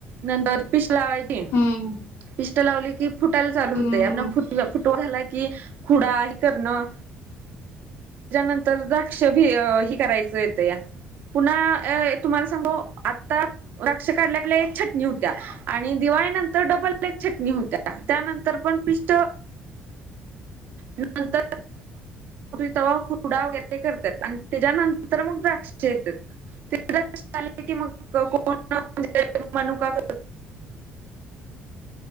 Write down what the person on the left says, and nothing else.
हम्म
हम्म
हम्म